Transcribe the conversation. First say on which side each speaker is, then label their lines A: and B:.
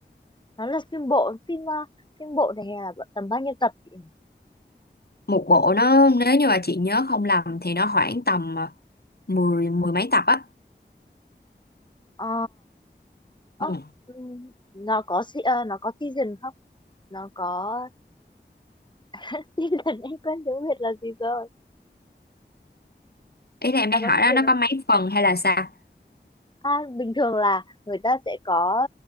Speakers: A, on the left; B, on the left.
A: nó là phim bộ phim ờ, phim bộ này là tầm bao nhiêu tập chị? nhỉ?
B: một bộ nó nếu như mà chị nhớ không lầm thì nó khoảng tầm à, mười mười mấy tập á
A: Ờ Ơ,
B: ừ.
A: ừm, nó có se- ờ, nó có season không? Nó có <laughs> season em quên tiếng Việt là gì rồi.
B: ý là em
A: Nó
B: đang
A: có
B: hỏi
A: season
B: đó nó có
A: không?
B: mấy phần hay là sao
A: À, bình thường là người ta sẽ có